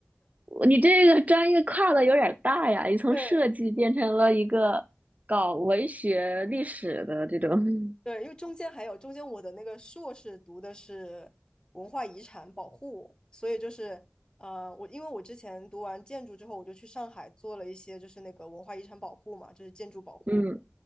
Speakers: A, on the right; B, on the left.
A: 你这个专业跨的有点儿大呀，你从设计变成了一个搞文学历史的这种。
B: <laughs> 对
A: <laughs>
B: 对，因为中间还有中间我的那个硕士读的是文化遗产保护，所以就是呃，我因为我之前读完建筑之后，我就去上海做了一些就是那个文化遗产保护嘛，就是建筑保护，
A: 嗯